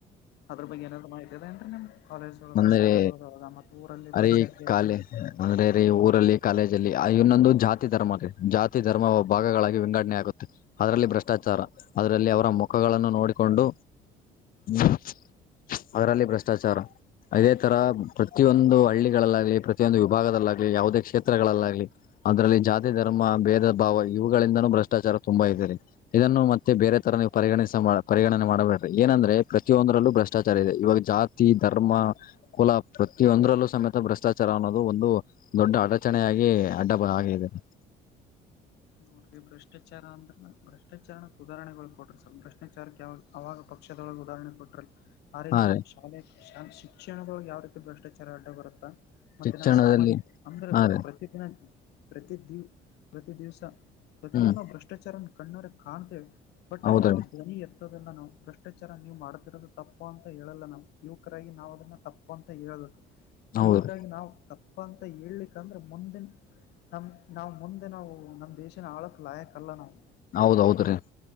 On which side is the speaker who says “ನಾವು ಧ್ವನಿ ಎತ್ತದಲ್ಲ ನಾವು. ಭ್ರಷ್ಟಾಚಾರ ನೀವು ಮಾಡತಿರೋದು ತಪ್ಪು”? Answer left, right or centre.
Left